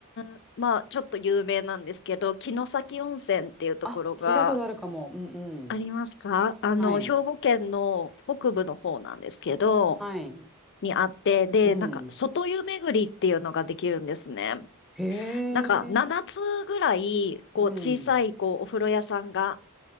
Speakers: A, on the left; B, in the centre.
A: ん、まあ、ちょっと有名なんですけど、城崎温泉っていうところが
B: あ、聞いたことあるかも。うんうん。
A: ありますかあの、
B: はい。
A: 兵庫県の北部の方なんですけど、
B: はい。
A: にあって、で、
B: うん。
A: なんか、外湯巡りっていうのができるんですね。
B: へえ。
A: なんか、7つぐらい、こう、
B: うん。
A: 小さい、こう、お風呂屋さんが